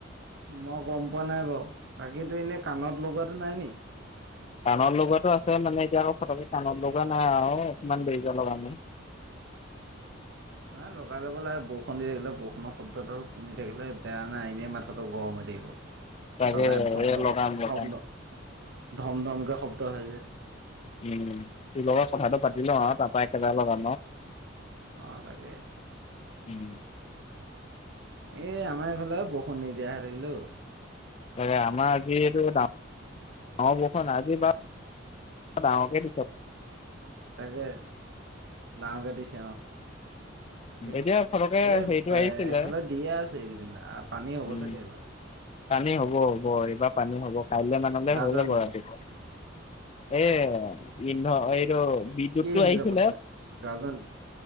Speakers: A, on the right; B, on the left.
A: মই গম পোৱা নাই বাৰ বাকীতো এনে কাণত লগোৱাাতটো নাই নি
B: ধটানৰ লগোৱাটো আছে মানে এতিয়া আকৌ ফট টানৰ লগোৱা নাই আৰু অকমান দেৰি আি <unintelligible>
A: ন লগাই ল'ব লাগে বৰষুণ দি থাকিলে বৰষুণৰ শব্দটোাল শুনি থাকিলে বেয়া নাই এনেই মাথাটো গৰম হৈ থাকিব
B: তাকে
A: ততে ধম
B: এই
A: ধম
B: লগাম লগাম।
A: ধম ধম ধম ধমকে শব্দ হৈ যায়
B: উম তোৰ লগত কথাটো পাতি ল আৰু তাৰ পৰাা একেবাৰে লগ
A: ন লাগে
B: উম
A: এ আমাৰ এইফালে বৰসুণ নিদিয়া হৈে থাকিলেও
B: ত আমাৰ যিহেতুা গাৰ বৰষ আজি বা পকেইছ
A: তাকে দাঁওঁ গাড চ তাকে
B: এতিয়া ফটকে
A: এই
B: হেৰিটো আহিছিলে
A: এইফালে দিয়ে আছে এইকেইদিন পানী হ'ব
B: উম
A: চাগে এইবাৰ
B: পানী হ'ব হ'ব এইবাৰ পানী হ'ব কাইলে মানলৈ
A: গাজনি
B: হৈ যাব ৰাতিপুৱা এ ইন এইটো বিদ্যুতটো
A: কি
B: আহিছিলে
A: পতককে গাজনি